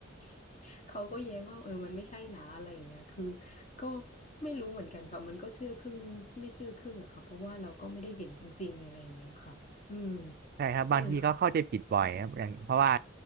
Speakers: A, on the left (about 40°); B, on the right (about 50°).
A: <laughs> เขาก็แย้งว่าเออมันไม่ใช่นะอะไรอย่างเงี้ยคือ ก็ไม่รู้เหมือนกันค่ะมันก็เชื่อครึ่งไม่เชื่อครึ่งอะค่ะเพราะว่าเราก็ไม่ได้เห็นจริงๆอะไรอย่างเงี้ยค่ะอืม
B: ใช่ครับบางทีก็เข้าใจผิดบ่อยครับอย่างเพราะว่า
A: นั่นแหละค่ะ